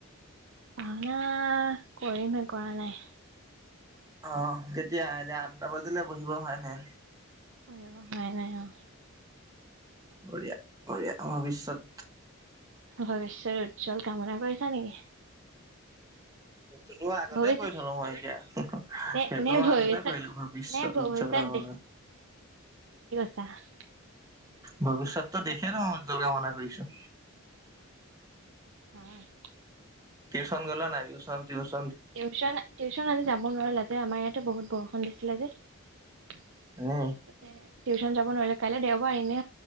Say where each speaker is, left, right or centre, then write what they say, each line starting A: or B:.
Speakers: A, on the right; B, on the right.
A: পওনা কৰিমহে কৰা নাই
B: অ কেতিয়া এতিয়া আঠটা বজিলে বহিব হয় নাই
A: অ হয় নাই অ
B: বঢ়িয়া বঢ়িয়া ভৱিষ্যত
A: ভৱিষ্যৰ উজ্জ্বল কামনা কৰিছা নেকি
B: সেইটোতো আগতে
A: ভৱিষ্যত
B: কৰি থলো মই এতিয়া
A: নে
B: সেইটো
A: নে
B: মই
A: ভৱিষ্যত
B: আগতে কৰিলো ভৱিষ্যয়ত
A: নে ভৱিষ্যত
B: উজ্জ্বল কামনা
A: চ <unintelligible>
B: ভৱিষ্যতটো দেখে ন মানে তোৰ কামনা কৰিছো
A: হা <inaudible>
B: টিউচন গলা নাই টিউচন টিউচন
A: টিউচন টিউচন আজ যাব নোৱাৰোলা যে আমাৰ ইয়াত সিটো বহুত বৰষুণ দিছিলে যে তাৰ পিছতে
B: এনেই
A: <unintelligible> টিউচন যাব নোৱাৰিলো কাইলৈ দেওবাৰ এনে